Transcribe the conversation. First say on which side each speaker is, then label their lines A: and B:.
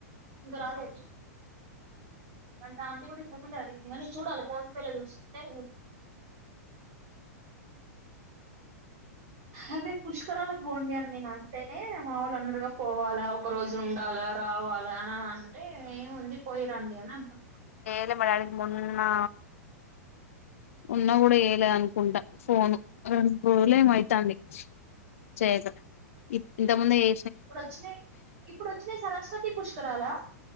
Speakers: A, on the right; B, on the left.
A: ఇంకా రాలేదు అంటే ఆంటీ కూడా ఇంతక ముందే అడిగింది కానీ చూడాలే ఫోన్ ప్ప లే చూస్తుంటే అదే పుష్ కరాలకు పొండే అని నేను అంటే టే మావోళ్ళు అన్నారుగా పోవాలా ఒక రోజు ఉండాలా రావాలా అని అంటే ఏముంది పోయిరండి అని అన్నా
B: త్తే మా డాడీ కి మొన్నా ఉన్నా గుడా చేయలే అనుకుంటా ఫోను రెండు రోజులు ఏమో అయితాంది. చేయక ఇ ఇంతక్ ముందే ఏ
A: ఇప్పుడోచ్చినయి ఇప్పుడు వచ్చినయి సరస్వతి పుష్కరాలా